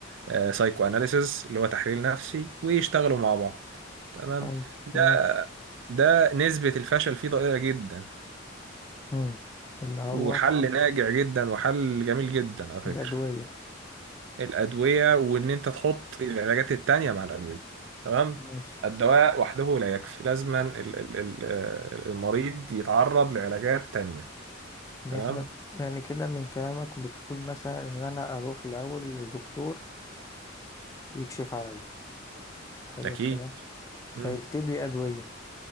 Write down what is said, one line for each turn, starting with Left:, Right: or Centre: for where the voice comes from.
Right: آه، سايكو أناليسيس اللي هو تحليل نفسي ويشتغلوا مع بعض تمام
Left: حلو
Right: ده
Left: تمام
Right: ده نسبة الفشل فيه ضئيلة جدا
Left: مم. اللي هو
Right: وحل ناجع جدا وحل جميل جدا على فكرة
Left: الأدوية
Right: الأدوية وإن أنت تحط العلاجات التانية مع الأدوية تمام
Left: ماشي
Right: الدواء وحده لا يكفي لازما ال- ال- ال- آه، المريض يتعرض لعلاجات تانية
Left: يعني
Right: تمام
Left: احنا يعني كده من كلامك بتقول مثلا إن أنا أروح الأول لدكتور يكشف عليا حلو
Right: أكيد
Left: الكلام
Right: مم.
Left: فيكتب لي أدوية